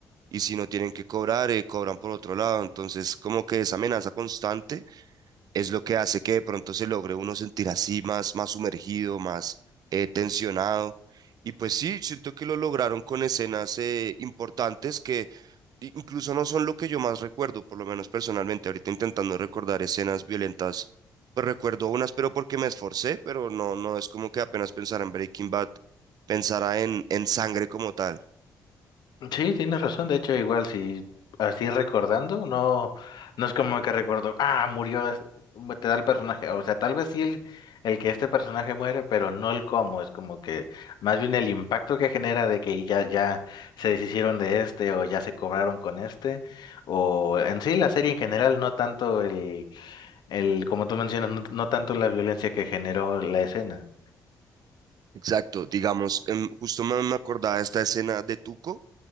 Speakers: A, on the right (about 60°); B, on the left (about 70°).
A: y si no tienen que cobrar, eh, cobran por otro lado. Entonces, como que esa amenaza constante es lo que hace que de pronto se logre uno sentir así más, más sumergido, más eh, tensionado. Y pues sí, siento que lo lograron con escenas eh, importantes que incluso no son lo que yo más recuerdo, por lo menos personalmente, ahorita intentando recordar escenas violentas, pues recuerdo unas, pero porque me esforcé, pero no, no es como que apenas pensara en Breaking Bad, pensara en, en sangre como tal.
B: Sí, tienes razón. De hecho, igual si así recordando, no, no es como que recuerdo, ah, murió, es- te da el personaje. O sea, tal vez sí el, el que este personaje muere, pero no el cómo. Es como que más bien el impacto que genera de que ya, ya se deshicieron de este o ya se cobraron con este. O en sí la serie en general, no tanto el, el, como tú mencionas, no, no tanto la violencia que generó la escena.
A: Exacto, digamos, em, justo me, me acordaba de esta escena de Tuco,